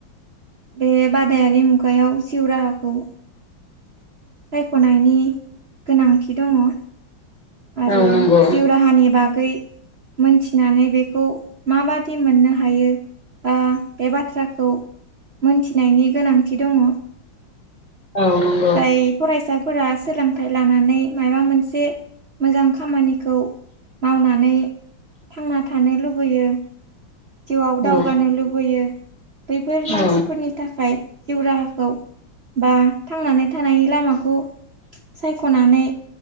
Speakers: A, on the right; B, on the left.
A: बे बादायारि मुगायाव सिउ राहाखौ सायख'नायनि गोनांथि दङ। आरो
B: औ नंगौ
A: जिउ राहानि बागै मोनथिनानै बेखौ माबादि मोननो हायो। बा बे बाथ्राखौ मोनथिनायनि गोनांथि दङ।
B: औ नं
A: जाय फरायसाफोरा सोलोंथाइ लानानै मायबा मोनसे मोजां खामानिखौ मावनानै थांना थानो लुबैयो। जिउआव दावगानो
B: औ
A: लुबैयो। बैफोर मानसिफोरनि
B: औ
A: थाखाय जिउ राहाखौ बा थांनानै थानायनि लामाखौ सायख' खनानै